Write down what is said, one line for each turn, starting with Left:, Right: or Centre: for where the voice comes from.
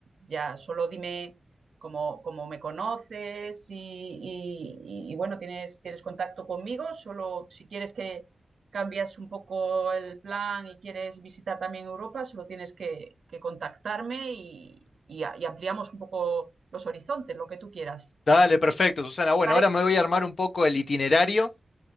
Right: Ya, solo dime cómo, cómo me conoces y, y- y, bueno, tienes, tienes contacto conmigo, solo si quieres que cambias un poco el plan y quieres visitar también Europa, solo tienes que, que contactarme y, y a- y ampliamos un poco los horizontes, lo que tú quieras.
Left: Dale, perfecto, Susana. Bueno,
Right: ¿Te parece?
Left: ahora me voy a armar un poco el itinerario.